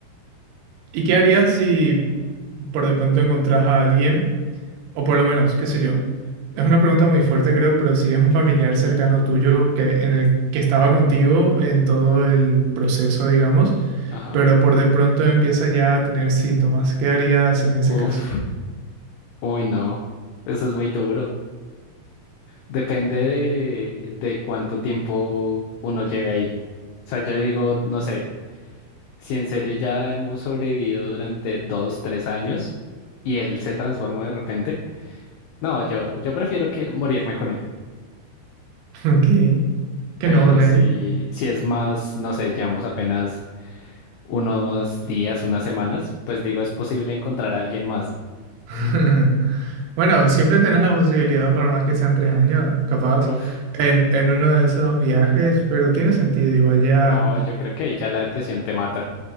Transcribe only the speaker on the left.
Ajá.
Uf.
Uy, no. Eso es muy duro. Depende de, de cuánto tiempo uno lleve ahí. O sea, yo digo, no sé, si en serio ya hemos sobrevivido durante dos, tres años y él se transforma de repente, no, yo, yo prefiero que morirme con él.
Pero
si,
si es más, no sé, llevamos apenas unos días, unas semanas, pues digo, es posible encontrar a alguien más.
Uf,
no, yo creo que ahí ya la depresión te mata.